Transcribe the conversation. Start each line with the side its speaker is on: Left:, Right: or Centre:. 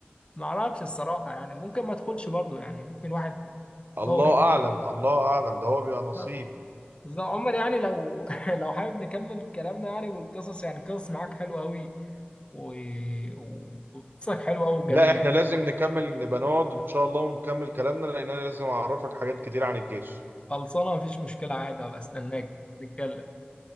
Left: ما اعرفش الصراحه يعني ممكن ما ادخلش برضو يعني ممكن واحد
Right: الله
Left: هو رزقه
Right: اعلم
Left: يعني
Right: الله اعلم ده هو بيبقى نصيب
Left: بالظبط بالظبط. عمر يعني لو <laughs> لو حابب نكمل كلامنا يعني والقصص يعني القصص معاك حلوه قوي و... و- وقصصك حلوه قوي وجميله
Right: لا احنا
Left: يعني
Right: لازم نكمل نبقى نقعد ان شاء الله ونكمل كلامنا لان انا لازم اعرفك حاجات كتير عن الجيش
Left: خلصانه مفيش مشكله عادي هبقى استناك نتكلم